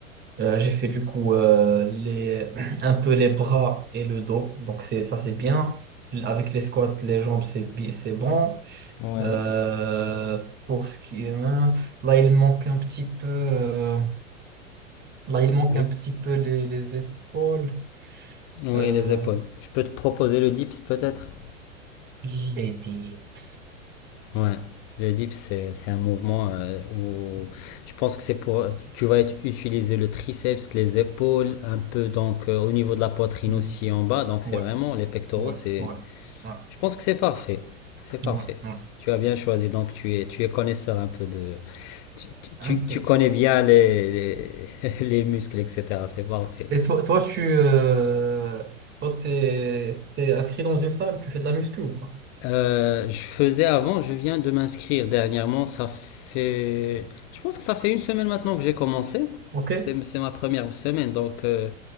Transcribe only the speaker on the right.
euh, j'ai fait du coup euh, les, <clears throat> un peu les bras et le dos. Donc, c'est, ça, c'est bien. Avec les squats, les jambes, c'est, bi- c'est bon.
Euh, pour ce qui est, hein, là, il manque un petit peu, euh, là, il manque
un petit peu les, les épaules,
euh,
les dips.
Mhm.
Ouais,
ouais,
ouais, ouais,
ouais, ouais,
un peu.
Et toi, toi tu euh, toi, t'es, t'es inscrit dans une salle, tu fais de la muscu ou pas?
Ok?